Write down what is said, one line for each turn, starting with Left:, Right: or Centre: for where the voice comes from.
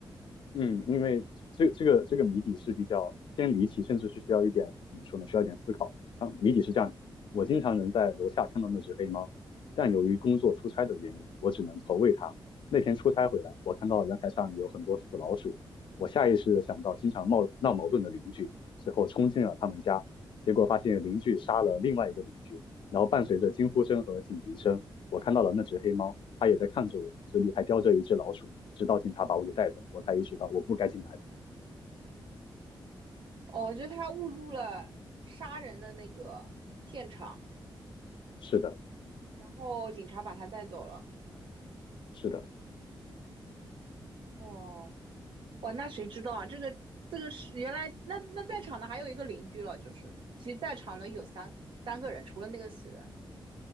Left: 嗯，因为这这个这个谜底是比较偏离奇，甚至是需要一点怎么说呢？需要一点思考的啊。谜底是这样的：我经常能在楼下看到那只黑猫，但由于工作出差的原因，我只能投喂它。那天出差回来，我看到阳台上有很多死老鼠，我下意识的想到经常闹闹矛盾的邻居，之后冲进了他们家，结果发现邻居杀了另外一个邻居，然后伴随着惊呼声和警笛声。我看到了那只黑猫，它也在看着我，嘴里还叼着一只老鼠。直到警察把我给带走，我才意识到我不该进来的。
Right: 哦，就他误入了杀人的那个现场。
Left: 是的，
Right: 然后警察把他带走了。
Left: 是的，
Right: 哦，哇，那谁知道啊？这个这个是原来那那在场的还有一个邻居了，就是其实在场的有三三个人，除了那个死人。